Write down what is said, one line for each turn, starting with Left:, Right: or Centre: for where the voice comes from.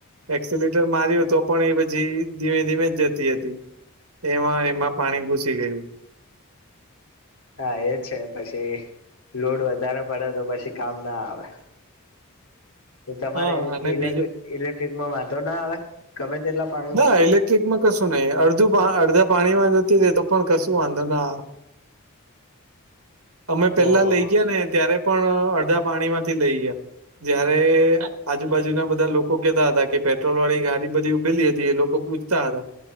Right: એક્સલેટર માર્યું તો પણ એ પછી ધીમે ધીમે જ જતી હતી. એમાં એમાં પાણી ઘુસી ગયું.
Left: હા એ છે પછી લોડ વધારે પડે તો પછી કામ ના આવે. તો તમારે
Right: હા અને
Left: ઇલેક
Right: બીજું
Left: ઇલેક્ટ્રિકમાં વાંધો ના આવે ગમે તેટલા પા
Right: ના ઇલેક્ટ્રિકમાં કશું નઈ અડધું અડધા પાણીમાં જતુ રે તો પણ કશું વાંધો ના અમે પેલા
Left: ઓહો
Right: લઈ ગયા ને ત્યારે પણ અડધા પાણી માંથી લઈ ગયા જયારે આજુબાજુના બધા લોકો કેતા હતા કે પેટ્રોલ વાળી ગાડી બધી ઉભેલી હ તી એ લોકો પૂછતા હતા